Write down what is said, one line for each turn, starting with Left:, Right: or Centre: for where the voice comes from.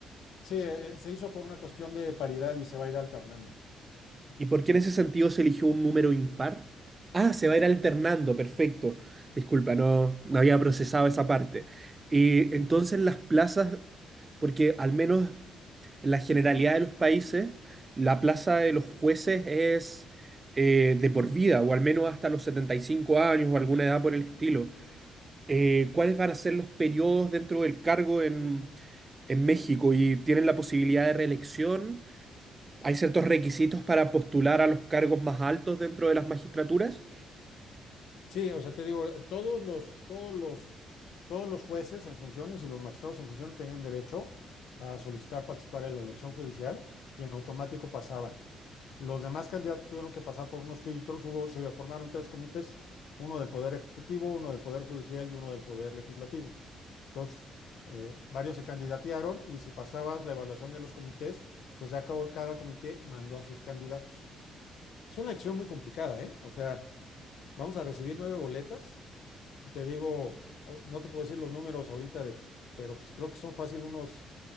Left: sí, eh, eh, se hizo por una cuestión de paridad y se va a ir alternando.
Right: ¿Y por qué en ese sentido se eligió un número impar? Ah, se va a ir alternando, perfecto. Disculpa, no, no había procesado esa parte. Y
Left: Ujú.
Right: entonces las plazas, porque al menos en la generalidad de los países, la plaza de los jueces es eh, de por vida, o al menos hasta los 75 años o alguna edad por el estilo. Eh, ¿cuáles van a ser los periodos dentro del cargo en, en México? ¿Y tienen la posibilidad de reelección? hay ciertos requisitos para postular a los cargos más altos dentro de las magistraturas.
Left: Sí, o sea, te digo, eh, todos los, todos los Todos los jueces en funciones y los magistrados en funciones tenían derecho a solicitar participar en la elección judicial y en automático pasaban. Los demás candidatos tuvieron que pasar por unos filtros, hubo, se formaron tres comités, uno del Poder Ejecutivo, uno del Poder Judicial y uno del Poder Legislativo. Entonces, eh, varios se candidatearon y si pasabas la evaluación de los comités, entonces ya acabó- cada comité mandó a sus candidatos. Es una elección muy complicada, ¿eh? O sea, vamos a recibir nueve boletas. Y te digo, au- no te puedo decir los números ahorita de, pero pues creo que son fácil unos